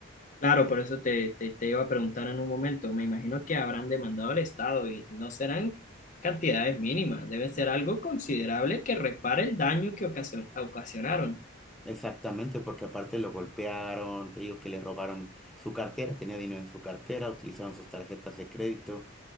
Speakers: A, on the left; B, in the centre.
A: Claro, por eso te, te, te iba a preguntar en un momento. Me imagino que habrán demandado al Estado y no serán cantidades mínimas, deben ser algo considerable que repare el daño que ocasio- ocasionaron.
B: Exactamente, porque aparte lo golpearon, te digo que le robaron su cartera, tenía dinero en su cartera, utilizaron sus tarjetas de crédito,